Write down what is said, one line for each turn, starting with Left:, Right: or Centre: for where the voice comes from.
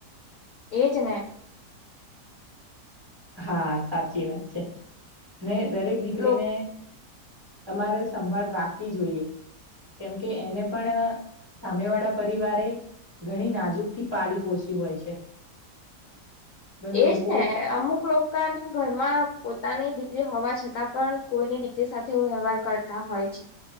Left: એ જ ને
Right: હા સાચી વાત છે, અને દરેક દીકરીને
Left: લોક
Right: તમારે સંભાળ રાખવી જોઈએ કેમ કે એને પણ સામે વાળા પરિવારે ઘણી નાજુકથી પાલી પોછી હોય છે. પણ
Left: એજ
Right: લોકો
Left: ને અમુક લોકોના ઘરમાં પોતાની દીકરી હોવા છતાં પણ કોઈની દીકરી સાથે એવું વ્યવહાર કરતા હોય છે.